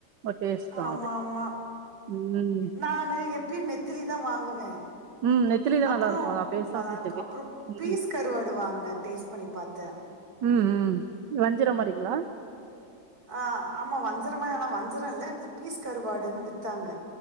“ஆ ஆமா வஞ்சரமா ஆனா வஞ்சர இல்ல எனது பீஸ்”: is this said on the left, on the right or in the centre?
Right